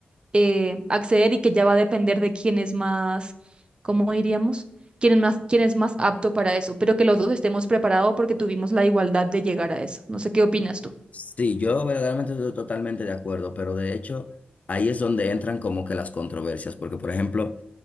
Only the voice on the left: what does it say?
Sí, yo verdaderamente estoy totalmente de acuerdo, pero de hecho ahí es donde entran como que las controversias, porque por ejemplo,